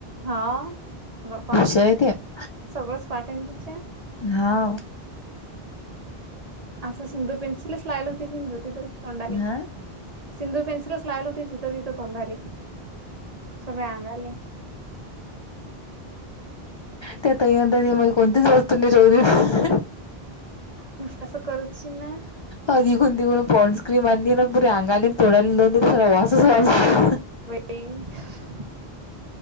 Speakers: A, on the right; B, on the left.
A: हाव‌ बापा.
B: <unintelligible>
A: सगळंच पार्ट टाईमच्या.
B: हाव.
A: असं सिंधूर पेन्सिलच लागल होती. कणी ती तर तोंडाले.
B: हां.
A: सिंदूर पेन्सलच लागल होते जिथं तिथं तोंडाले. सगळ्या अंगाले.
B: त्यात अंदा मग कोणतीच वस्तू नाही राहिली.
A: म असं करतशील ना.
B: अ तघून तघून पॉन्स क्रीम आणली. ना पुरी अंगाली तोड्याला लावून दिले सगळा वासच वास.
A: बाई. <inaudible>